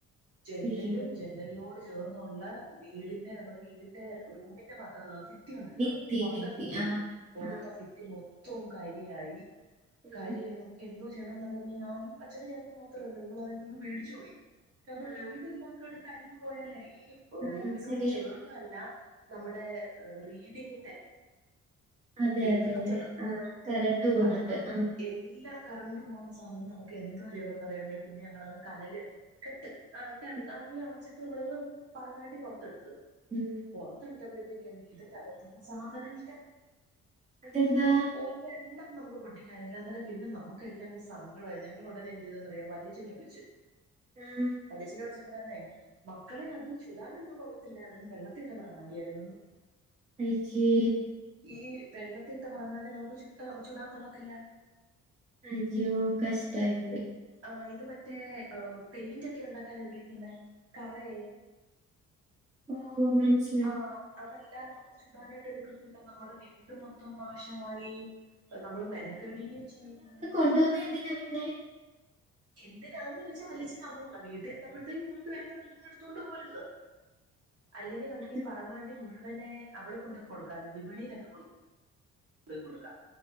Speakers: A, on the right; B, on the right.
A: ജെന്റെലും
B: ഉം
A: ജെ ന്റൽനോട് ചേർന്നുള്ള വീടിന്റെ നമ്മ്ടെ വീടിന്റെ റൂമിന്റെ വ ഫി ത്തി ഉണ്ടല്ലോ
B: ഭിത്തി
A: പൊറത്തെ
B: ഭിത്തി
A: ഫിത്തി
B: ആ
A: പൊറത്തെ
B: ആ
A: ഫിത്തി മൊത്തവും കരിയായി
B: ഉം
A: കാരിയായി നമുക്ക് എന്തോ ചെയ്യണന്ന്റിയുമ്പോ ഞാനും അച്ഛന്റെ ചേട്ടനും മാത്രല്ലേ നമ്മൾ അതിൽ നിന്ന് പേടിച്ച് പോയി കാര്ണം
B: ആ
A: വീടെല്ലാൾക്കാടെ കരിഞ്ഞ് പോയാലേ ഈ
B: ആ
A: റൂഫിനോട്
B: ശരി
A: ചേർന്ന് <unintelligible> ല്ല നമ്മുടെ റീഡിങ്ങിന്റെ
B: അതെ
A: എട്ക്ന്ന്
B: അതെ അതെ
A: <unintelligible>
B: ആ കരണ്ട് പോകുന്നുണ്ട്
A: അതിനോട്
B: ആ
A: എല്ലാ കറണ്ട് പോകുന്ന സാധനത്ത് നമുക്ക് എന്തുവാ ചെയ്യണംന്ന് അറിയാമേ പിന്നെ ഞങ്ങളത് കനല് കെട്ട് ആഹ് ക
B: ഉം,
A: കണല് അണച്ചിട്ട് നമ്മളങ്ങ് പറങ്ങാണ്ടി പൊറത്തെട്ത്ത്‌
B: ഉം.
A: പൊറത്തെട് ത്തപ്പഴത്തേക്ക് ഇതിനകത്തൊന്നും സാധനമില്ല
B: അതെന്താ
A: ഒരെണ്ണം നമുക്ക് പൊട്ടിക്കാനില്ല അന്നേരം പിന്നെ നമുക്കല്ലാ അങ്ങ് സങ്കടായി ഞങ്ങളുടനെ എന്തെയ്തെന്നറ്യൊ വെല്ല്യച്ചെനെ വിളിച്ചു
B: ആഹ്
A: വല്ല്യച്ചനെ വിളിച്ചെപ്പ പറയാന്നേ മക്കളേ അത് ചുടാനൊന്നും കൊള്ളത്തില്ലായിര്ന്ന് വെള്ളത്തിട്ടെ പറങ്ങാണ്ടിയായിര്ന്നെന്ന്
B: അയ്ച്ചേ
A: ഈ വെള്ളത്തിട്ട പറങ്ങാണ്ടി നമുക്ക് ചുട്ട ചൂടാം കൊള്ളത്തില്ലാ
B: അയ്യോ കഷ്ടായ്പ്പോയ്
A: ആഹ് ഇത് മറ്റേ പെയിന്റാെക്കെ ഉണ്ടാക്കാൻ ഉപയോഗിക്ക്ന്നെ കറേ
B: ഓഹ് മൻസ്
A: ആഹ് അതല്ല നമ്മൾ ചുടാനായ്ട്ട് എട്ക്കത്തില്ല നമ്മടെ വീട് മൊത്തം നാശമായി നമ്മള് മെനെക്കെട്കെയും ചെയ്ത്
B: കൊണ്ട് വന്നേ എന്തിനാ പിന്നെ
A: എന്തിനാന്ന് ചോയ്ച്ചാ വല്യച്ചനറിഞ്ഞൂടാ വീട്ടിൽ ഇര്ന്നപ്പോഴ്ത്തേ ഇങ്ങോട്ട് വര്ന്ന വഴിക്ക് ഇങ്ങെട്ത്തോണ്ട് പോരുന്ന് അല്ലെങ്കി നമുക്ക്
B: അത്
A: ഈ പറങ്ങാണ്ടി മുഴുവെനെ അവടെ കൊണ്ടാേയ് കൊടുക്കാലോ വിപണിയിലൊക്കെ കൊ ണ്ടോയി കൊട്ക്കാം